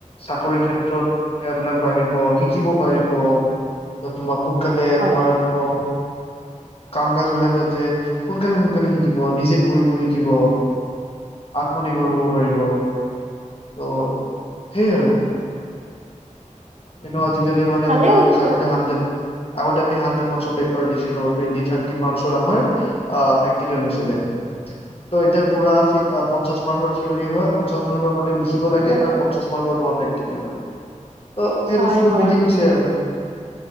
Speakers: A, on the left; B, on the right.
A: চাকৰি ক্ষেত্ৰত এয়া বিলাক বাঢ়িব, শিকিব পাৰিব। তোমাৰ সোনকালে
B: হয়
A: তোমাৰ কি কওঁ কাম -কাজ বিলাক সিঁহতে সোনকালে সোনকালে শিকিব নিজে কৰিব শিক শিকিব আত্মনিৰ্ভৰ হ'ব পাৰিব। ত' সেই আৰু। এনেও আজিকালি মানে
B: ভালে
A: এনেকুৱা হৈ
B: হৈছে
A: গৈছে আগতে হাণ্ড্ৰেড। আগতে আমি হাণ্ড্ৰেড মাৰ্ক্সৰ পেপাৰ দিছিলো টুৱেটি থাৰ্টি মাৰ্ক্সৰ আমাৰ অ প্ৰেক্টিকেল হৈছিলে। ত' এতিয়া পুৰা পঞ্চাশ মাৰ্কৰ থিয়ৰৰি হয় পঞ্চাশ মাৰ্কৰ মানে লিখিব লাগে, আৰু পঞ্চাশ মাৰ্কৰ তোমাৰ পে সেইকাৰণে ত' সেই
B: হয়
A: বস্তুতটো
B: হয়
A: মিলি গৈছে আৰু।